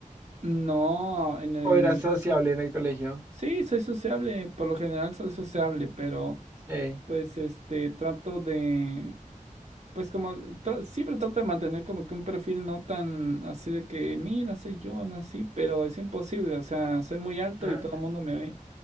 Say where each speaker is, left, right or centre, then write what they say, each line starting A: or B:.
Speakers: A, on the right; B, on the right.
A: no, en el,
B: O era sociable en el colegio.
A: sí, soy sociable, por lo general soy sociable, pero
B: Sí.
A: pues este, trato de Pues como tra- siempre trato de mantener como que un perfil no tan así de que, mira, soy yo, no así, pero es imposible, o sea, soy muy alto
B: Ajá.
A: y todo el mundo me ve